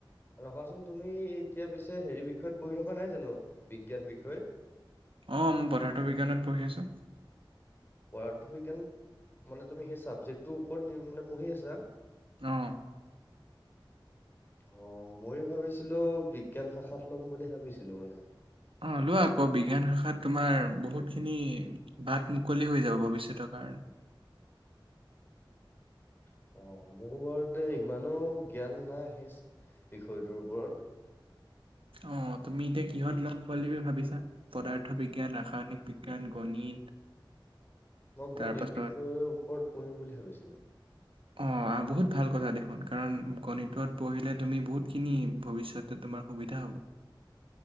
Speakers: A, on the left; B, on the right.
A: ৰখাচোন তুমি এতিয়া পিছে হেৰি বিষয়ত পঢ়ি থকা নাই জানো বিজ্ঞান বিষয়ত?
B: অ মই পদাৰ্থ বিজ্ঞানত পঢ়ি আছোঁ।
A: পদাৰ্থ বিজ্ঞান মানে তুমি সেই চাবজেক্টটোৰ ওপৰত মানে পঢ়ি আছা।
B: অহ।
A: <inaudible> অ ময় ভাবিছিলো বিজ্ঞান শাখাত লম বুলি ভাবিছিলো মানে
B: অ লোৱা আকৌ বিজ্ঞান শাখাত তোমাৰ বহুতখিনি বাট মুকলি হৈ যাব ভৱিষ্যতৰ কাৰণে।
A: <inaudible> অ মোৰ বাৰতে ইমানো জ্ঞান নাই সেই বিষয়টোৰ ওপৰত।
B: অ তুমি এতিয়া কিহত ল'ম বুলি ভাবিছা পদাৰ্থ বিজ্ঞান, ৰাসায়নিক বিজ্ঞান, গণিত? <inaudible>
A: মই
B: তাৰপাছত
A: গণিত বিষয়ৰ ওপৰত পঢ়িম বুলি ভাবিছিলো?
B: অ বহুত ভাল কথা দেখোন কাৰণ গণিতত পঢ়িলে তুমি বহুতখিনি ভৱিষ্যতে তোমাৰ সুবি বিধা